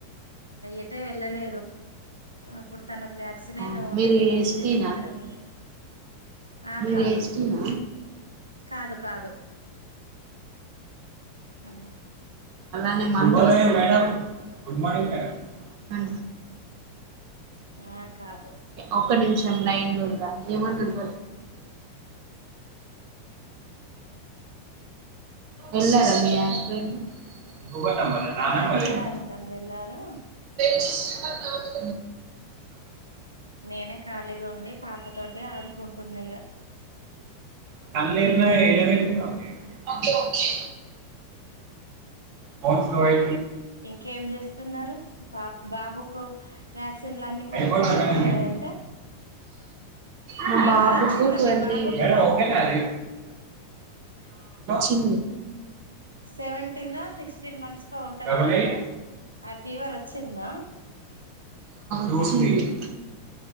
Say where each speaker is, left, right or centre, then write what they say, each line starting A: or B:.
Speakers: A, on the right; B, on the right.
A: ఎటు వెళ్ళలేదు అప్పుడు తనకు వ్యాక్సిన్
B: అవును
A: ఏదో ఉండే
B: మీరు
A: ఏపిచ్చేసి
B: ఎస్టీనా
A: ఇక్కడ ఉన్నాను ఆ
B: మీరు
A: కాదు
B: ఏస్తున్ర
A: కాదు కాదు ఆ
B: మేడమ్ గుడ్ మార్నింగ్ మేడమ్
A: ఆ కాదు
B: ఒక నిమిషం లైన్లుండరా ఏమన్నాది ఏళ్ల రమ్యా అన్ ఇంకో నంబర్ నా
A: ఆ
B: నెంబర్
A: వెళ్ళారు
B: ఇది
A: తను వెళ్ళారు
B: హ్ అన్
A: నేనే ఖాళీగా ఉండి పాపతో ఎ ఆడు కుడుతున్న ఇగ
B: పల్లె ఇలవేల్పుగా ఉండేది ఓకే ఫోన్ స్లో అయ
A: ఇంకేం చేస్తున్నారు బాబుకు వ్యాక్సిన్లు అన్ని కరెక్ట్
B: అయిపోనా
A: గా అయిపోయాయి
B: మేడం మీది
A: అయితే
B: మా
A: ఫీవర్
B: బాబుకు
A: వచ్చిందా
B: ట్వంటీ
A: మీ బాబుకు
B: ఎయిట్ మేడం
A: వ్యాక్సిన్
B: ఓకేనా అది
A: కు
B: హు
A: సెవెంటీన్ దా సిక్సటీన్ మంత్స్ కో ఉంటాది
B: డబుల్
A: కదా
B: ఎయిట్
A: ఆ ఫీవర్ వచ్చిందా
B: రూ స్టేట్